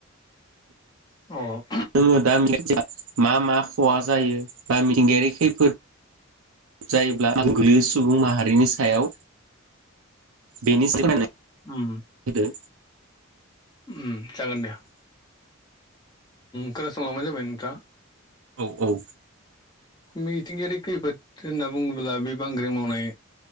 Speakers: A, on the left; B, on the right.
A: औ
B: जोङो दा <unintelligible> मा मा खहा जायो बा मिथिंगायारिारि खैफोद जायोब्ला गोहोम गोलैै सुबुं माहारिनि सायाव बेनि <unintelligible>
A: उम
B: होदो
A: उम जागोन दे खोनासंलांबानो जाबाय नोंथाङा
B: औ औ
A: मिथिंगायारि खैफोद होनना बुङोब्ला बे बांग्रि मावनाय